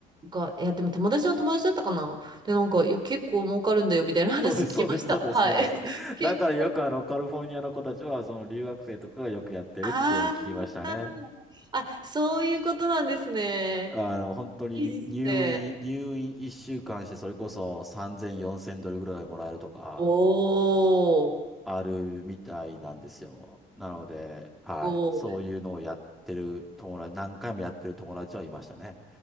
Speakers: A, on the right (about 25°); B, in the centre.
A: が、いやでも友達の友達だったかな。で、なんかいや結構儲かるんだよみたいな <laughs> 話聞きました。
B: そうです、そうです、そうです、
A: はい。
B: そうです。
A: <laughs> 結構、
B: だからよくあのカリフォルニアの子たちはその留学生とかがよくやってるっていうのを聞きましたね。
A: あーあ、そういうことなんですね。
B: あの、本当に入院、
A: いいですね。
B: 入院1週間してそれこそ3000、4000ドルぐらいもらえるとか、
A: おー、
B: あるみたいなんですよ。なので、はい。
A: すごい。
B: そういうのをやってる友達、何回もやってる友達はいましたね。